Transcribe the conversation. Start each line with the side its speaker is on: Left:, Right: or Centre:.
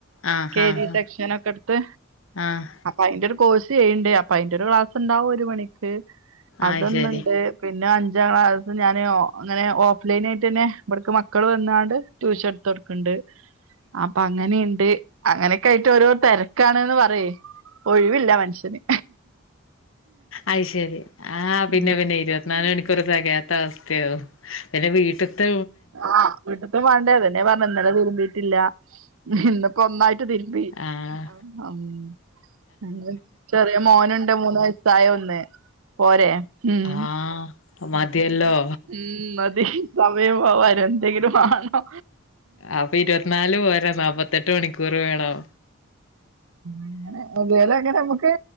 Left: ആഹ്
Right: കെ
Left: ആഹ്
Right: ജി സെക്ഷനൊക്കെ എടുത്ത്
Left: ആഹ്
Right: അയിന്റെ ഒരു കോഴ്സ് ചെയ്യണ്ട് അപ്പ അയിന്റെ ഒരു ക്ലാസ് ഉണ്ടാവും ഒരു മണിക്ക് അതൊന്നുണ്ട്
Left: അയ് ശരി
Right: പിന്നെ അഞ്ചാം ക്ലാസ്സ് ഞാന് അങ്ങനെ ഓഫ് ലൈൻ ആയിട്ട് തന്നെ ഇവിടേക്ക് മക്കൾ വന്നാണ്ട് ട്യൂഷൻ എടുത്ത് കൊടുക്കുണ്ട് അപ്പൊ അങ്ങനെ അങ്ങനെയൊക്കെ ആയിട്ട് ഓരോ തിരക്കാണ്ന്ന് പറയ് ഒഴിവില്ല മനുഷ്യന്
Left: അയ് ശരി ആഹ് പിന്നെ
Right: ഉം
Left: പിന്നെ ഇരുപത്തിനാല് മണിക്കൂറ് തികയാത്ത വസ്ഥയാകും പിന്നെ വീട്ട്ത്ത്
Right: ആഹ് <unintelligible> ഇന്നിപ്പോ ഒന്നായിട്ട് തിരുമ്പി
Left: ആഹ്
Right: <unintelligible> ഉം ചെറിയ മോനുണ്ട് മൂന്ന് വയസായ ഒന്ന് പോരെ ഉം
Left: ആഹ് മതിയല്ലോ
Right: ഉം മതി സമയം പോവാൻ എന്തെങ്കിലും വേണോ
Left: അപ്പൊ ഇരുപത്തിനാല് പോരാ നാല്പത്തെട്ട് മണിക്കൂർ വേണം
Right: അങ്ങനെ <unintelligible> അങ്ങനെ നമ്മുക്ക്